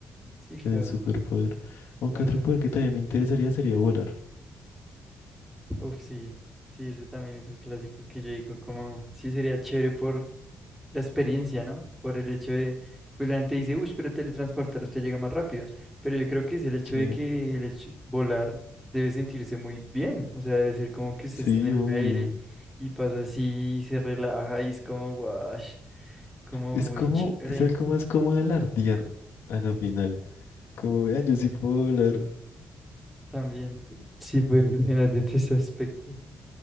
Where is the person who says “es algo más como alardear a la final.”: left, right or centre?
Left